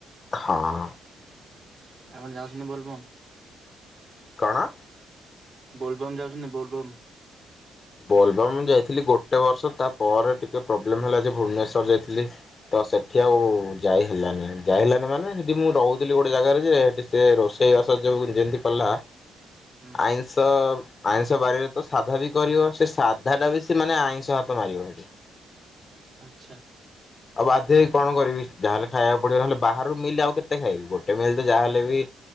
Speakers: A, on the left; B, on the right.
A: ହଁ।
B: ଆପଣ ଯାଉଛନ୍ତି ବୋଲବମ୍?
A: କଣ?
B: ବୋଲବମ୍ ଯାଉଛନ୍ତି ବୋଲବମ୍?
A: ବୋଲବମ୍ ଯାଇଥିଲି ଗୋଟେ ବର୍ଷତା ପରେରେ ଟିକେ ପ୍ରୋବ୍ଲେମ ହେଲା ଯେ ଭୁବନେଶ୍ଵର ଯାଇଥିଲି। ତ ସେଠି ଆଉ ଯାଇ ହେଲାନି। ଯାଇ ହେଲାନି ମାନେ ସେଠି ମୁଁ ରହୁଥିଲି ଗୋଟେ ଜାଗାରେ ଯେ ହେଠି ସେ ରୋଷେଇବାସ ଯଉ ଯେମତି କଲା
B: ହୁଁ
A: ଆଇଁଷ ଆଇଁଷ ବାରିରେ ତ ସାଧା ବି କରିବ। ସେ ସାଧା ଟା ବି ସେ ମାନେ ଆଇଁଷ ହାତ ମାରିବ ହେଠି।
B: ଆଚ୍ଛା।
A: ଆଉ ବାଧ୍ୟ ହେଇ କଣ କରିବି ଯାହେଲେ ଖାଇବାକୁ ପଡିବ ନହେଲେ ବାହାରୁ ମିଲ୍ ଆଉ କେତେ ଖାଇବି ଗୋଟେ ମିଲ୍ ତ ଯାହାହେଲେ ବି